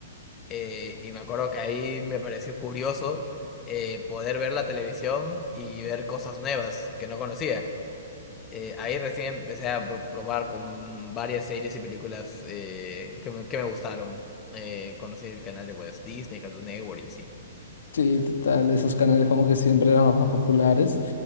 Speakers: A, on the left; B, on the left.
A: Eh, y me acuerdo que ahí me pareció curioso eh, poder ver la televisión y ver cosas nuevas que no conocía. Eh, ahí recién empecé a pro- probar con varias series y películas eh, que me, que me gustaron. Eh, conocí el canal de pues, Disney, Cartoon Network y así.
B: Sí, total, esos canales como que siempre eran los más populares.